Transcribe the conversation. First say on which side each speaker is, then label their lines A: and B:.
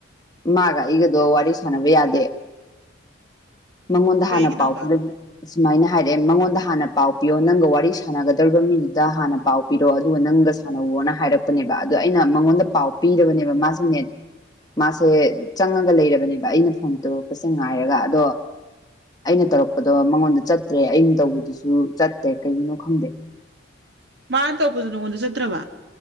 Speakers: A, on the left; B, on the right.
A: ꯃꯥꯒ ꯑꯩꯒꯗꯣ ꯋꯥꯔꯤ ꯁꯥꯟꯅꯕ ꯌꯥꯗꯦ ꯃꯉꯣꯟꯗ
B: ꯀꯩꯒꯤꯅꯣꯕ
A: ꯍꯥꯟꯅ ꯄꯥꯎꯕꯤ ꯑꯁꯨꯃꯥꯏꯅ ꯍꯥꯏꯔꯛꯑꯦ ꯃꯉꯣꯟꯗ ꯍꯥꯟꯅ ꯄꯥꯎ ꯄꯤꯌꯣ ꯅꯪꯒ ꯋꯥꯔꯤ ꯁꯥꯟꯅꯒꯗꯧꯔꯤꯕ ꯃꯤꯗꯨꯗ ꯍꯥꯟꯅ ꯄꯥꯎ ꯄꯤꯔꯛꯑꯣ ꯑꯗꯨꯒ ꯅꯪꯒ ꯁꯥꯟꯅꯋꯣꯅ ꯍꯥꯏꯔꯛꯄꯅꯦꯕ ꯑꯗꯣ ꯑꯩꯅ ꯃꯉꯣꯟꯗ ꯄꯥꯎ ꯄꯤꯕꯅꯦꯕ ꯃꯥꯁꯦ ꯅꯠ ꯃꯥꯁꯦ ꯆꯪꯉꯒ ꯂꯩꯔꯕꯅꯦꯕ ꯑꯩꯅ ꯐꯣꯟ ꯇꯧꯔꯛꯄꯁꯦ ꯉꯥꯏꯔꯒ ꯑꯗꯣ ꯑꯩꯅ ꯇꯧꯔꯛꯄꯗꯣ ꯃꯉꯣꯟꯗ ꯆꯠꯇ꯭ꯔꯦ ꯑꯩꯅ ꯇꯧꯕꯗꯨꯁꯨ ꯆꯠꯇꯦ ꯀꯩꯒꯤꯅꯣ ꯈꯪꯗꯦ
B: ꯃꯥꯅ ꯇꯧꯕꯗꯨ ꯅꯪꯉꯣꯟꯗ ꯆꯠꯇ꯭ꯔꯕ